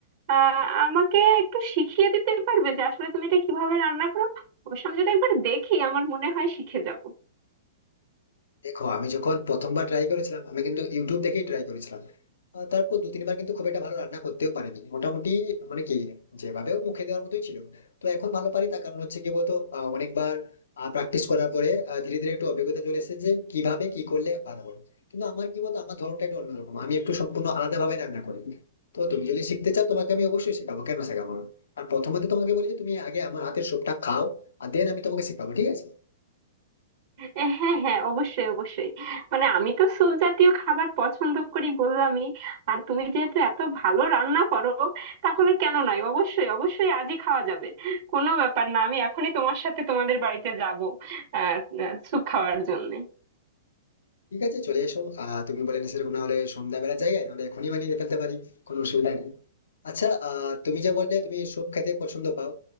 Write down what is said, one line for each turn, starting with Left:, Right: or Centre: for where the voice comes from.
Right: আহ আমাকে একটু শিখিয়ে দিতে পারবে যে আসলে তুমি এটা কিভাবে রান্না করো অবশ্য আমি যদি একবার দেখি আমার মনে হয় শিখে যাব
Left: দেখো আমি যখন প্রথমবার ট্রাই করেছিলাম আমি কিন্তু ইউটিউব দেখেই ট্রাই করেছিলাম আহ, তারপর দু তিনবার কিন্তু খুব একটা ভালো রান্না করতেও পারিনি মোটামুটি মানে কি যেভাবেও মুখে দেওয়ার মতোই ছিল তো এখন ভালো পারি তার কারণ হচ্ছে কি বলতো আহ, অনেকবার প্র্যাকটিস করার পরে আহ, ধীরে ধীরে একটু অভিজ্ঞতা চলে এসেছে যে কিভাবে কি করলে ভালো হয় কিন্তু আমার কি বলতো আমার ধরনটা একটু অন্যরকম আমি একটু সম্পূর্ণ আলাদা ভাবে রান্না করি তো তুমি যদি শিখতে চাও তোমাকে আমি অবশ্যই শেখাবো কেন শেখাবো না আর প্রথমে তো তোমাকে বলি যে তুমি আগে আমার হাতের সবটা খাও আর দেন আমি তোমাকে শেখাবো ঠিক আছে
Right: এ, হ্যাঁ হ্যাঁ অবশ্যই অবশ্যই মানে আমি তো স্যুপ জাতীয় খাবার পছন্দ করি বললামই আর তুমি যেহেতু এত ভালো রান্না করো তাহলে কেন নয় অবশ্যই অবশ্যই আজই খাওয়া যাবে কোনো ব্যাপার না আমি এখনই তোমার সাথে তোমাদের বাড়িতে যাব আহ আহ, স্যুপ খাওয়ার জন্য
Left: ঠিক আছে চলে এসো আহ তুমি বলে সেরকম না হলে সন্ধ্যাবেলা যাই আর নাহলে এখনই বানিয়ে ফেলতে পারি কোনো অসুবিধা নেই আচ্ছা আহ তুমি যে বললে তুমি স্যুপ খেতে পছন্দ পাও